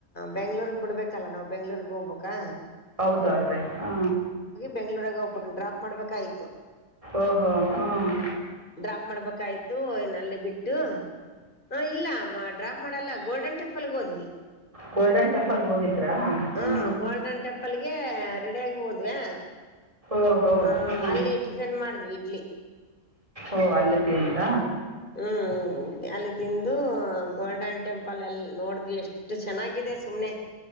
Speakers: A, on the left; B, on the right.
A: ಬೆಂಗ್ಳೂರ್ಗ್ ಬಿಡ್ಬೇಕಲ್ಲ ನಾವವು ಬೆಂಗ್ಳೂರ್ಗ್ ಹೋಗ್ ಬೇಕಾ.
B: ಹೌದಾಲ್ ರೀ ಹಾ.
A: ಬೆಂಗಳೂರಾಗ ಒಬ್ಬರು ಡ್ರಾಪ್ ಮಾಡ್ಬೇಕಾಯ್ತು.
B: ಓಹೋ ಹ್ಮ.
A: ಡ್ರಾಪ್ ಮಾಡ್ಬೇಕಾಯ್ತು ನಲ್ಲಿ ಬಿಟ್ಟು. ಹಾ ಇಲ್ಲ ಡ್ರಾಪ್ ಮಾಡಲ್ಲ ಗೋಲ್ಡನ್ ಟೆಂಪಲ್ಗೆ ಹೋದ್ವಿ.
B: ಗೋಲ್ಡನ್ ಟೆಂಪಲ್ಗೆ ಹೋಗಿದ್ರಾ
A: ಹ
B: ಹ್ಞೂ
A: ಗೋಲ್ಡನ್ ಟೆಂಪಲ್ಗೆ. ರೆಡಿ ಆಗ ಹೋದ್ವಾ.
B: ಓಹೋ
A: ಹಾ
B: ಹ್ಞೂ
A: ಅಲ್ಲಿ ಟಿಫಿನ್ ಮಾಡಿದ್ವಿ ಇಡ್ಲಿ.
B: ಓ ಅಲ್ಲಿ ತಿಂದ್ರ.
A: ಹ್ಮ್ ಅಲ್ಲಿ ತಿಂದು ಗೋಲ್ಡನ್ ಟೆಂಪಲ್ ಎಲ್ ನೋಡ್ದ್ವಿ ಎಷ್ಟು ಚೆನ್ನಾಗಿ. ಸುಮ್ನೆ